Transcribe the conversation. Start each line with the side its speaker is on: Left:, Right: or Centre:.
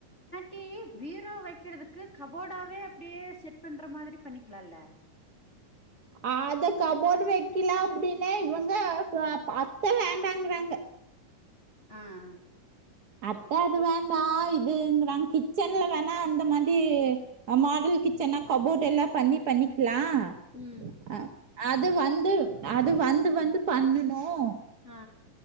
Left: கூ பீரோ வைக்கிறதுக்கு கபோடாவே அப்படியே செட் பண்ற மாதிரி பண்ணிக்கலாம்ல
Right: அத கபோர்டு வைக்கலாம் அப்டின்னே இவங்க அப்பா வேண்டாங்கறாங்க
Left: ஆ ஆ
Right: அப்போ அது வேண்டா இதுங்கறாங் கிச்சன்ல வேணா அந்த மாதிரி மாடல் கிச்சன்னா கபோர்ட் எல்லா பண்ணி பண்ணிக்கலாம்
Left: ம்
Right: ஆ அது வந்து அது வந்து வந்து பண்ணனும்
Left: ஆ